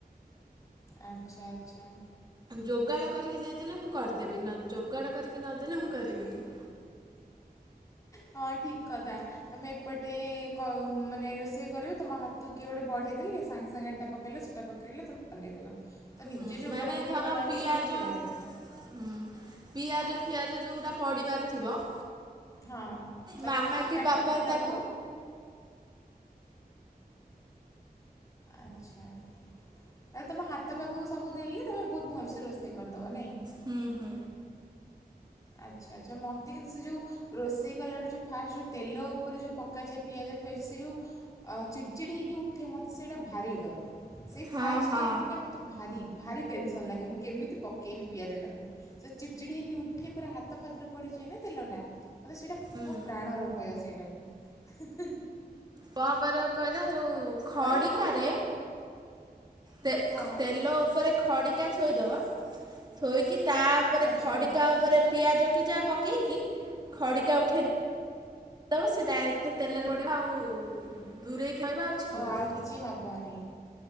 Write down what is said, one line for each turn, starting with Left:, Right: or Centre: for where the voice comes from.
Left: ଆଚ୍ଛା ଆଚ୍ଛା।
Right: ଯୋଗାଡ଼ କରିକି ଦେଇଦେଲେ ମୁଁ କରିଦେବି ଯୋଗାଡ଼ କରିକି ନଦେଲେ ମୁଁ କରିବିନି।
Left: ହଁ ଠିକ୍ କଥା। ତମେ ଏପଟେ ମାନେ ରୋଷେଇ କରିବ ତମ ହାତକୁ କିଏ ଗୋଟେ ବଢ଼େଇ ଦେେଲି ସାଙ୍ଗେ ସାଙ୍ଗେ ଏଟା ପ କେଇ ସେଇଟା ପକେଇଲେ ତମେ ବନେଇ ଦେେଲ ତ
Right: ହୁଁ,
Left: ନିଜେ ଯୋଗାଡ଼
Right: ମାନେ
Left: କରିକି
Right: ଧର
Left: କଲାବେଳକୁ
Right: ପିଆଜ
Left: ଭାରି ଚିଡ଼ା ଲାଗିବ।
Right: ହୁଁ ପିଆଜ ଫିଆଜ ଯେଉରା ପଡ଼ିବାର ଥିବ
Left: ହଁ ତ
Right: ମାମା
Left: କିଏ
Right: କି
Left: କାଟି
Right: ବାପା
Left: କୁଟି ଦେବ
Right: ତାକୁ
Left: ଆଚ୍ଛା ତାହେଲେ ତୁମ ହାତ ପାଖକୁ ସବୁ ଦେଲି ତୁମେ ବହୁତ ଭଲସେ ରୋଷେଇ କରିଦେବ ନାଇଁ।
Right: ହୁଁ ହୁଁ।
Left: ଆଚ୍ଛା ଆଚ୍ଛା ମୋତେ କିନ୍ତୁ ସେ ଯଉଁ ରୋଷେଇ କଲାବେଳେ ଯେଉଁ ଫାଷ୍ଟ ଯେଉଁ ତେଲ ଉପରେ ଯେଉଁ ପକାଯାଏ ପିଆଜ ପିଆଯା ସେ ଯେଉଁ ଚିଡ଼ଚିଡ଼ି ହେଇକି ଉଠେ ମୋତେ ସେଇଟା ଭାରି ଡର ସେଇ
Right: ହଁ
Left: ଫାଷ୍ଟ
Right: ହଁ
Left: ସେଟା ମୋତେ ଭାରି ଭାରି ଟେନସନ୍ ଲାଗେ ମୁଁ କେମିତି ପକେଇବି ପିଆଜଟାକୁ ସେ ଚିଡ଼ ଚିଡ଼ି ହେଇକି ଉଠ ଉଠି ପୁରା ହାତ ଫାତରେ ପଡ଼ି ଯାଏନା ତେଲଟା ମୋତେ ସେଇଟା
Right: ହୁଁ
Left: ମୋ ପ୍ରାଣର ଭୟ ସେଇଟାକୁ। ହୁଁ ହୁଁ।
Right: କଣ କରିବ କହିଲା ଯୋଉ ଖଡିକାରେ
Left: ନହେଲେ
Right: ତେ
Left: ହଁ
Right: ତେଲ ଉପରେ ଖଡ଼ିକା ଥୋଇଦବ ଥୋଇକି ତା ଉପରେ
Left: ଆଚ୍ଛା
Right: ଖଡ଼ିକା ଉପରେ ପିଆଜ କି ଯାହା ପକେଇକି ଖଡ଼ିକା ଉଠ ଦବ ସେ ଡାଇରେକ୍ଟ୍ ତେଲରେ ପଡିବ ଆଉ ଦୂରେଇକି ରହିବ ଆଉ ଛିଟିବନି।
Left: ଓ ଆଉ କିଛି ହବନି।